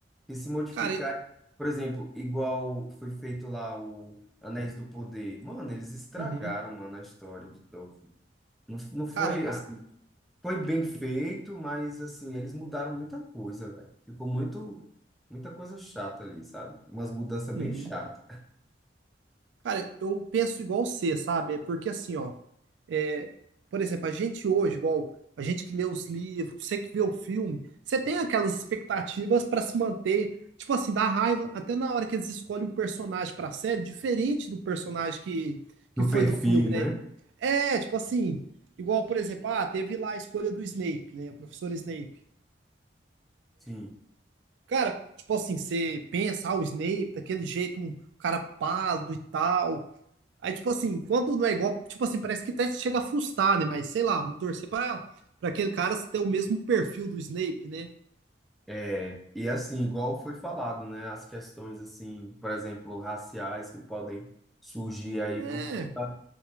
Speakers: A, in the centre; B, on the right (about 75°).
A: E se modificar,
B: cara, e-
A: por exemplo, igual foi feito lá o Anéis do Poder. Mano, eles estragaram,
B: uhum,
A: mano, a história de Tolkien. Não, não foi
B: cara,
A: assim, foi bem feito, mas assim, eles mudaram muita coisa, velho. Ficou muito, muita coisa chata ali, sabe? Umas mudanças
B: uhum.
A: bem chatas.
B: Cara, eu penso igual você, sabe? É porque assim, ó, é, por exemplo, a gente hoje, igual a gente que lê os livros, você que vê o filme, você tem aquelas expectativas pra se manter, tipo assim, dá raiva até na hora que eles escolhem um personagem pra série, diferente do personagem que,
A: Do
B: que foi
A: perfil,
B: do filme,
A: né?
B: né? É, tipo assim, igual, por exemplo, ah, teve lá a escolha do Snape, né? O professor Snape.
A: Sim.
B: Cara, tipo assim, você pensa, ah, o Snape, daquele jeito, um um cara pálido e tal. Aí, tipo assim, quando não é igual, tipo assim, parece que até chega a frustrar, né? Mas sei lá, vamos torcer pra, pra aquele cara ter o mesmo perfil do Snape, né?
A: É, e assim, igual foi falado, né, as questões assim, por exemplo, raciais que podem surgir aí
B: É,
A: por conta,